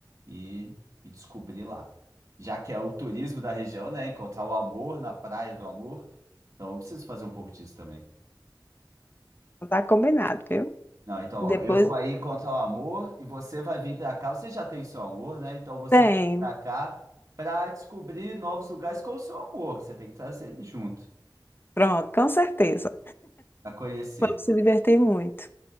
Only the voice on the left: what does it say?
Não Tá combinado, viu?
Depois
tem.
Pronto, com certeza.
Vamos se divertir muito.